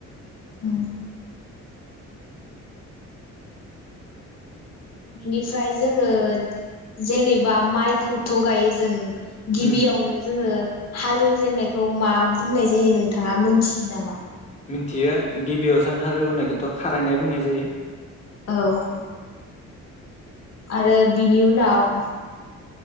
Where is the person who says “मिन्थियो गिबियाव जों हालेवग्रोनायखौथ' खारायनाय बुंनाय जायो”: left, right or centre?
Left